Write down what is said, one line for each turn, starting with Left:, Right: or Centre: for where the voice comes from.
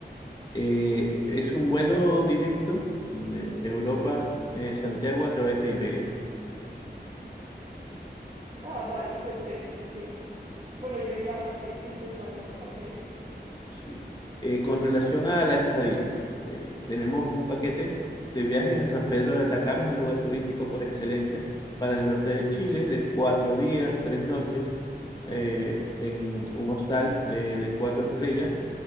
Left: eh, es un vuelo directo de Europa, eh, Santiago a través de Iberia.
Right: Ah, vale, perfecto, sí. Bueno, Iberia, sí, es español, ok.
Left: sí. Eh, con relación a la estadía, eh, tenemos un paquete de viajes a San Pedro de Atacama, es el lugar turístico por excelencia para el norte de Chile, de cuatro días, tres noches, eh, en un hostal eh, de cuatro estrellas